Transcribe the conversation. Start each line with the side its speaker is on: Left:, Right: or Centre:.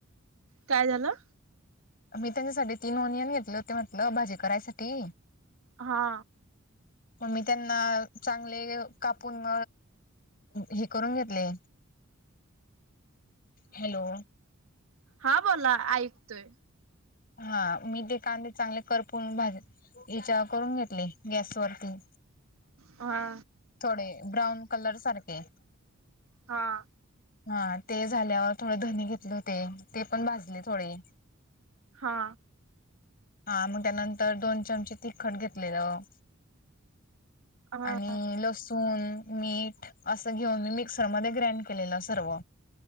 Right: काय झालं!
Left: मी त्यांच्यासाठी तीन ओनियन घेतले होते म्हंटलं भाजी करायसाठी.
Right: हा.
Left: मग मी त्यांना चांगले कापून हे करून घेतले हॅलो!
Right: हा बोला ऐकतोय.
Left: हा मी ते कांदे चांगले करपून भाज तिच्यावर करून घेतले गॅस वरती.
Right: हा.
Left: थोडे ब्राऊन कलर सारखे.
Right: हा.
Left: हा ते झाल्यावर थोडे धनी घेतले होते ते पण भाजले थोडे.
Right: हा.
Left: हा मग त्यानंतर दोन चमचे तिखट घेतलेलं
Right: हा
Left: आणि लसूण मीठ असं घेऊन मी मिक्सरमध्ये ग्रांड केलेलं सर्व.